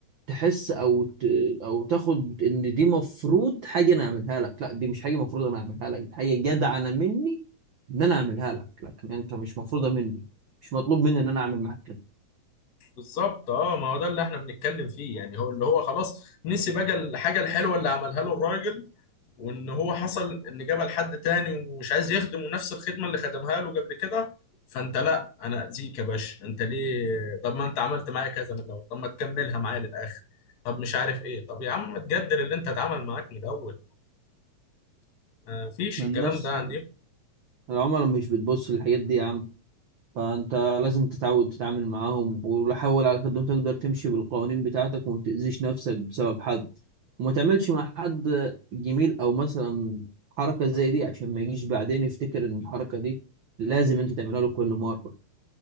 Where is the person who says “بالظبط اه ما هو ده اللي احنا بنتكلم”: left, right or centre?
Left